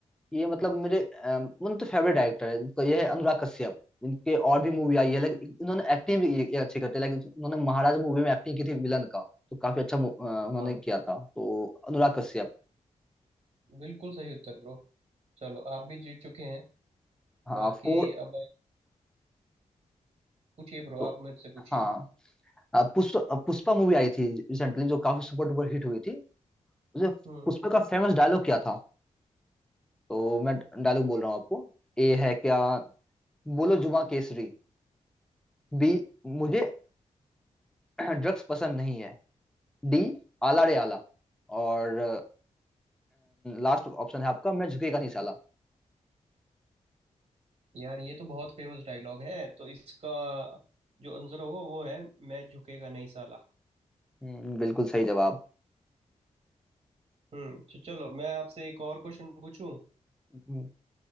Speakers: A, in the centre; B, on the right.
A: ये मतलब मेरे अम, उन तो फेवरेट डायरेक्टर है इनका ये है अनुराग कश्यप इनके और भी मूवी आई है लेकिन इन्होंने एक्टिंग भी ये, ये अच्छी करते हैं लेकिन इन्होंने महाराज मूवी में एक्टिंग की थी विलन का तो काफी अच्छा मु- अ, उन्होंने
B: हाँ
A: किया था तो अनुराग कश्यप
B: बिल्कुल सही उत्तर ब्रो चलो आप भी जीत चुके हैं
A: हाँ
B: बाकी
A: फोर
B: अब पूछिए ब्रो
A: तो
B: आप मुझसे पूछिए
A: हाँ अ, पुष्प अ, पुष्पा मूवी आई थी रिसेंटली जो काफी सुपर डुपर हिट हुई थी मुझे
B: हम्म
A: पुष्पा का फेमस डायलॉग क्या था तो मैं डायलॉग बोल रहा हूँ आपको ए है क्या बोलो जुमा केसरी बी मुझे <clears throat> ड्रग्स पसंद नहीं है डी आला रे आला और लास्ट ऑप्शन है आपका मैं झुकेगा नहीं साला
B: यार ये तो बहुत फेमस डायलॉग है तो इसका जो आंसर होगा वो है मैं झुकेगा नहीं साला
A: हम्म, बिल्कुल सही जवाब
B: हम्म तो चलो मैं आपसे एक और क्वेश्चन पूछूं
A: हम्म,